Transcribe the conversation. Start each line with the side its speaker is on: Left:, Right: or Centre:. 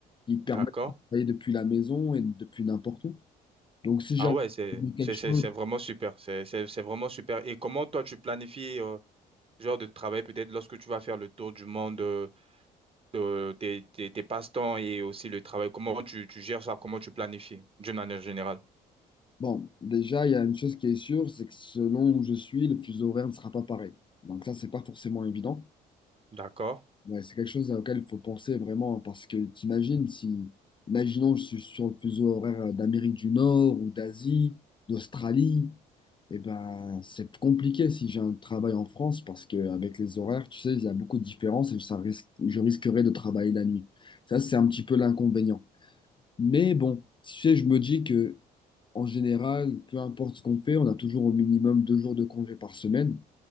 Left: qui te permettent
Right: D'accord.
Left: de travailler depuis la maison et depuis n'importe où. Donc, si
Right: Ah
Left: j'arrive
Right: ouais, c'est
Left: à trouver quelque
Right: c'est
Left: chose,
Right: c'est c'est vraiment super. C'est c'est c'est vraiment super. Et comment toi tu planifies euh, ce genre de travail peut-être lorsque tu vas faire le tour du monde euh, de tes tes, tes passe-temps et aussi le travail. Comment tu tu gères ça? Comment tu planifies d'une manière générale?
Left: bon, déjà, il y a une chose qui est sûre, c'est que selon où je suis, le fuseau horaire ne sera pas pareil. Donc ça, c'est pas forcément évident.
Right: D'accord?
Left: Ouais, c'est quelque chose auquel il faut penser vraiment, parce que t'imagines si, imaginons, je suis sur le fuseau horaire euh, d'Amérique du Nord ou d'Asie, d'Australie, et ben c'est compliqué si j'ai un travail en France, parce qu'avec les horaires, tu sais, il y a beaucoup de différences et ça risque, je risquerais de travailler la nuit. Ça, c'est un petit peu l'inconvénient. Mais bon, tu sais, je me dis que en général, peu importe ce qu'on fait, on a toujours au minimum deux jours de congé par semaine.